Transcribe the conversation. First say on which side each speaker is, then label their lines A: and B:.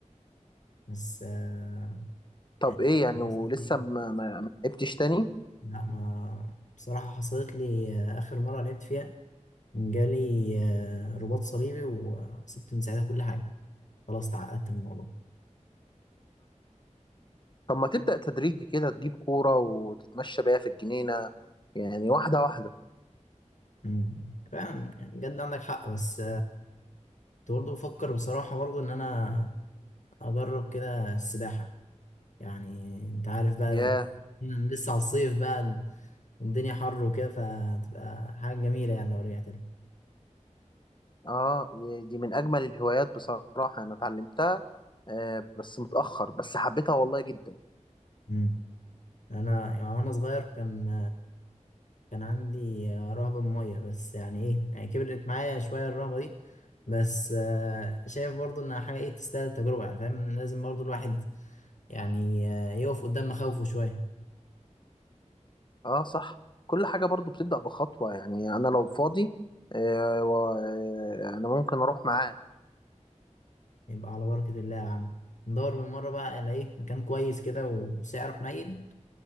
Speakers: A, on the left; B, on the left.
A: بس آه
B: طب
A: يعني
B: ايه يعني
A: من
B: ولسه
A: سنة إيه؟
B: ما ما ما لعبتش تاني
A: لا ما بصراحة حصلت لي آه آخر مرة لعبت فيها جالي آه رباط صليبي وسبت من ساعتها كل حاجة خلاص تعقدت من الموضوع
B: طب ما تبدأ تدريجي كده تجيب كورة وتتمشى بيها في الجنينة يعني واحدة واحدة
A: مم. فعلا يعني بجد عندك حق بس كنت برضه بفكر بصراحة برضه إن أنا أجرب كده السباحة يعني أنت عارف بقى
B: يا
A: إن لسه على الصيف بقى والدنيا حر وكده فتبقى حاجة جميلة يعني لو رجعت لها
B: اه دي من أجمل الهوايات بصراحة أنا اتعلمتها آه بس متأخر بس حبيتها والله جدا
A: أمم. أنا يعني وأنا صغير كان كان عندي رهبة من المية بس يعني إيه يعني كبرت معايا شوية الرهبة دي بس آه، شايف برضه إنها حاجة إيه تستاهل التجربة يعني فاهم لازم برضه الواحد يعني آه، يقف قدام مخاوفه شوية
B: اه صح كل حاجة برضو بتبدأ بخطوة يعني أنا لو فاضي آه و- آه، أنا ممكن أروح معاك
A: يبقى على بركة الله يا عم ندور بالمرة بقى على ايه مكان كويس كده وسعره حنين